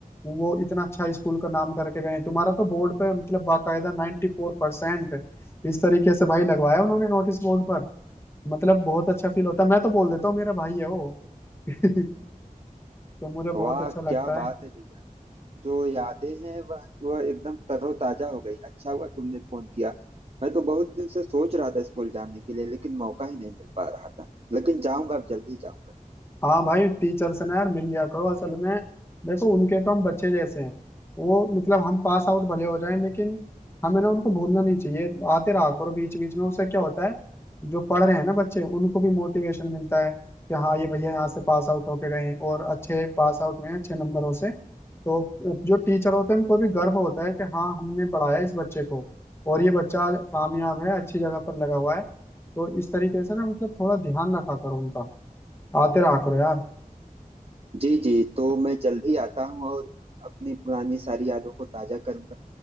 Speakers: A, on the left (about 15°); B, on the right (about 45°).
A: वो इतना अच्छा स्कूल का नाम करके गए हैं। तुम्हारा तो बोर्ड पे मतलब बाकायदा 94% four percent इस तरीके से भाई लगवाया उन्होंने नोटिस बोर्ड पर मतलब बहुत अच्छा फील होता है मैं तो बोल देता हूँ मेरा भाई है वो <laughs> तो मुझे बहुत
B: वाह
A: अच्छा लगता
B: क्या बात
A: है
B: है भैया जो यादें हैं वह वह एकदम तरोताजा हो गई अच्छा हुआ तुमने फोन किया मैं तो बहुत दिन से सोच रहा था स्कूल जाने के लिए लेकिन मौका ही नहीं मिल पा रहा था लेकिन जाऊंगा अब जल्दी जाऊंगा
A: हाँ भाई टीचर से ना यार मिल लिया करो असल में देखो उनके तो हम बच्चे जैसे हैं वो मतलब हम पास आउट भले हो जाएं लेकिन हमें ना उनको भूलना नहीं चाहिए आते रहा करो बीच बीच में उससे क्या होता है जो पढ़ रहे हैं ना बच्चे उनको भी मोटिवेशन मिलता है कि हाँ ये भैया यहाँ से पास आउट होके गए हैं और अच्छे पास आउट में हैं, अच्छे नंबरों से तो जो टीचर होते हैं उनको भी गर्व होता है कि हाँ हमने पढ़ाया इस बच्चे को और ये बच्चा आज कामयाब है अच्छी जगह पर लगा हुआ है तो इस तरीके से ना मतलब थोड़ा ध्यान रखा करो उनका आते रहा करो यार
B: जी जी तो मैं जल्द ही आता हूँ और अपनी पुरानी सारी यादों को ताजा करूंगा